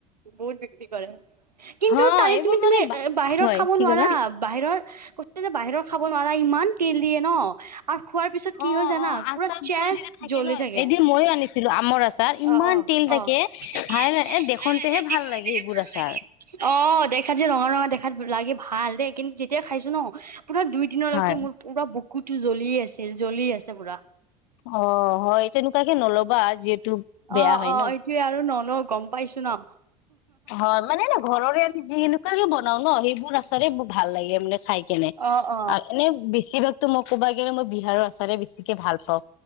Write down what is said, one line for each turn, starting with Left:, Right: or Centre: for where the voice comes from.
Right: বহুত বিক্ৰী কৰে। কিন্তু
Left: হয়
Right: তাৰে
Left: এইবোৰ
Right: তুমি
Left: মানে
Right: তুমি বাহিৰৰ
Left: হয়
Right: খাব
Left: কি
Right: নোৱাৰা
Left: ক'লা
Right: বাহিৰৰ কৈ যে বাহিৰৰ খাব নোৱাৰা ইমান তেল দিয়ে ন। আৰু খোৱাৰ পিছত
Left: অ
Right: কি
Left: অ
Right: হয় জানা
Left: আচাৰ
Right: পুৰা
Left: বোৰো
Right: চেষ্ট
Left: যেতিয়া
Right: জ্বলি
Left: ন
Right: থাকে।
Left: এদিন মইয়ো আনিছিলো আমৰ আচাৰ ইমান
Right: অ অ
Left: তেল থাকে
Right: অ <unintelligible>
Left: ভাল এ দেখনতেহে ভাল লাগে এইবোৰ আচাৰ
Right: অ দেখাত যে ৰঙা ৰঙা দেখাত লাগে ভাল দেই কিন্তু যেতিয়াই খাইছো ন পুৰা দুই দিনলৈকে
Left: হয়
Right: মোৰ পুৰা বুক কুতো জ্বলিতেওঁ আছিল জ্বলি আছে পুৰা।
Left: অ হয় তেনেকুৱাকে নলবা যিহেতু বেয়া
Right: অ
Left: হয়
Right: অ
Left: ন
Right: এইটোৱে আৰু নলওঁ গম পাইছো ন।
Left: হয় মানে ন ঘৰৰে আমি যি এনেকুৱাকে বনাও ন সেইবোৰ আচাৰে ভাল লাগে মানে খাই। কেনে
Right: অ অ
Left: আৰু এনে বেছিভাগতো মই ক'বা গেলে মই বিহাৰৰ ওচৰে বেছিকে ভাল পাওঁ।